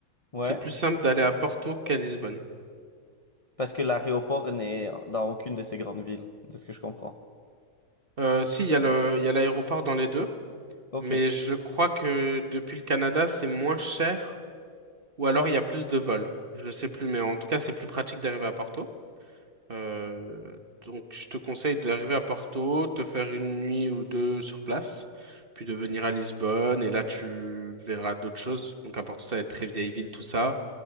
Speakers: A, on the left; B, on the right.
A: Ouais,
B: c'est plus simple d'aller à Porto qu'à Lisbonne.
A: parce que l'aéroport n'est dans aucune de ces grandes villes, de ce que je comprends.
B: Euh, si, il y a le, il y a l'aéroport dans les deux.
A: OK.
B: Mais je crois que depuis le Canada, c'est moins cher, ou alors il y a plus de vols. Je ne sais plus, mais en tout cas, c'est plus pratique d'arriver à Porto. Euh, donc, je te conseille d'arriver à Porto, te faire une nuit ou deux sur place, puis de venir à Lisbonne, et là, tu verras d'autres choses. Donc, à Porto, ça va être très vieille ville, tout ça.